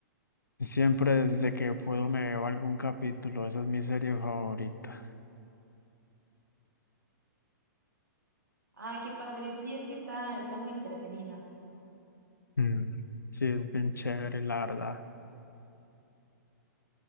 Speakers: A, on the left; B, on the right.
A: siempre desde que puedo me veo algún capítulo. Esa es mi serie favorita.
B: Ay, qué padre. Sí, es que está, está muy entretenida.
A: Mm. Sí, es bien chévere, la verdad.